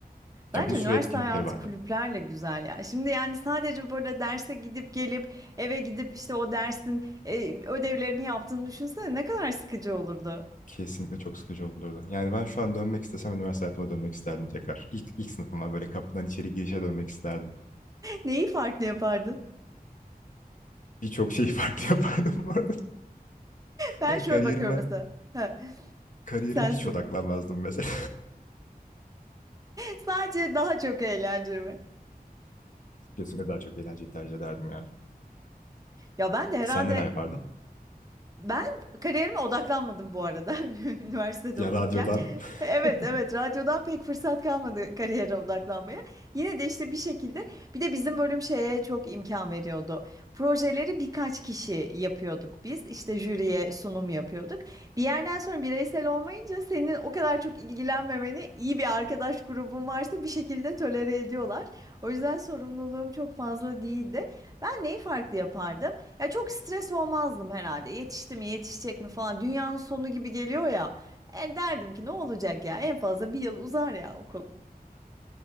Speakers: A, on the right; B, on the left.
A: Bence
B: Ya bir sürü
A: üniversite
B: etkinlikleri
A: hayatı
B: vardı.
A: kulüplerle güzel ya. Şimdi yani sadece böyle derse gidip gelip eve gidip işte o dersin e, ödevlerini yaptığını düşünsene ne kadar sıkıcı olurdu.
B: Kesinlikle çok sıkıcı olurdu. Yani ben şu an dönmek istesem üniversite hayatıma dönmek isterdim tekrar. İlk, ilk sınıfıma böyle kapıdan içeri girişe dönmek isterdim.
A: Neyi farklı yapardın?
B: Birçok şeyi <laughs> farklı yapardım bu arada.
A: Ben
B: Yani
A: şöyle
B: kariyerime
A: bakıyorum mesela. Ha,
B: Kariyerime
A: sen
B: hiç
A: söyle.
B: odaklanmazdım mesela.
A: Sadece daha çok eğlenceli mi?
B: <laughs> Kesinlikle daha çok eğlenceyi tercih ederdim ya.
A: Ya ben de herhalde
B: Sen neler yapardın?
A: Ben kariyerime odaklanmadım bu arada <laughs> üniversitede
B: Ya
A: okurken.
B: radyodan.
A: Evet
B: <laughs>
A: evet radyodan pek fırsat kalmadı kariyere odaklanmaya. Yine de işte bir şekilde bir de bizim bölüm şeye çok imkan veriyordu. Projeleri birkaç kişi yapıyorduk biz. İşte jüriye sunum yapıyorduk. Bir yerden sonra bireysel olmayınca senin o kadar çok ilgilenmemeni iyi bir arkadaş grubun varsa bir şekilde tolere ediyorlar. O yüzden sorumluluğum çok fazla değildi. Ben neyi farklı yapardım? Ya çok stres olmazdım herhalde. Yetişti mi, yetişecek mi falan. Dünyanın sonu gibi geliyor ya. E, derdim ki ne olacak ya? En fazla bir yıl uzar ya okul.